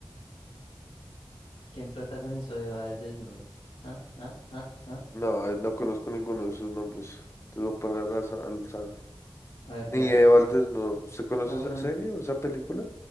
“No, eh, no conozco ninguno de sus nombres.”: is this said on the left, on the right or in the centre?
Left